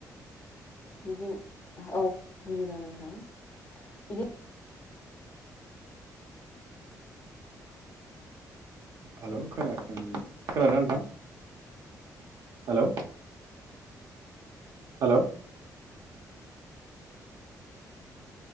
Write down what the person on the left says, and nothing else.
बिदिनो ओ औ बुजिदों नोंथां बिदि